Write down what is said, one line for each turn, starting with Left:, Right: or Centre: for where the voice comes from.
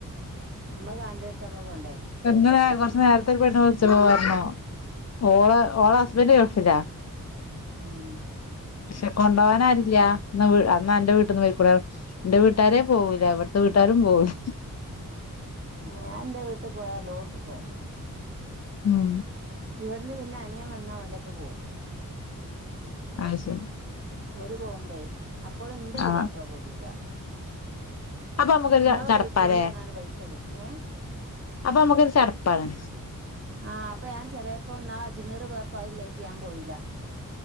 Right: ഞമ്മക് കണ്ടേടത്ത് നമ്മള് പോണ്ടേ
Left: എങ്ങനെ കോർച്ച നേര്ത്തെ ഒരു പെണ്ണ് വിളിച്ചപ്പോ പർണോ? ഓള് ഓളെ ഹസ്ബന്റ് ഗൾഫിലാ
Right: ഉം
Left: ക്ഷെ കൊണ്ടോവൻ ആരുല്ല ന്ന അന്റെ വീട്ട്ന്ന് പോയ്‌ക്കൂടെ അന്റെ വീട്ട് വീട്ടാരേ പോകൂല അവിടത്തെ വീട്ടാരും പോകൂല്ല
Right: ഏ ഞാന്റെ വീട്ടി പോയാൽ എല്ലോട്ത്തും പോകും
Left: ഉം
Right: ഇവട്ന്ന് പിന്നെ അനിയാൻ വന്നാ ഓന്റപ്പം പോകും
Left: അഹ്‌ശരി
Right: ഓല് പോകുമ്പേ അപ്പോളും ന്റെ
Left: ആഹ്
Right: പുതിയാപ്പള പോരൂല
Left: അപ്പൊ നമുക്കൊരു
Right: ങ്ങള്
Left: ചടപ്പാലേ
Right: പൈക്കോളി ന്നർഞ്കാണ്ട് പൈസരും ഏ
Left: അപ്പൊ അമ്മക്കോരു ചടപ്പാണ്
Right: ആഹ് അപ്പൊ ഞാൻ ചിലപ്പോ നാെ അജ്മീർ പോയപ്പോ ലേറ്റ് ചെയ്യാൻ പോയില്ല